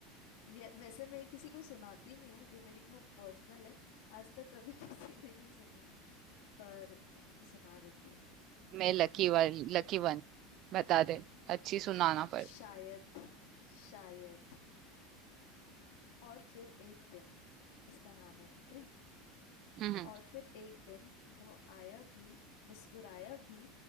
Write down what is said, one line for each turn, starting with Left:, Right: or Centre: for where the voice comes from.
Left: ये वैसे मैं किसी को सुनाती नहीं हूँ ये मेरी बहुत पर्सनल है आज तक कभी <laughs> किसी ने नहीं सुनी है पर मैं तेको सुना देती हूँ
Right: मैं लकी वाली लकी वन बता दे अच्छी सुनाना पर
Left: शायद शायद और फिर एक दिन इसका नाम है ठीक है
Right: हम्म
Left: और फिर एक दिन वो आया भी मुस्कुराया भी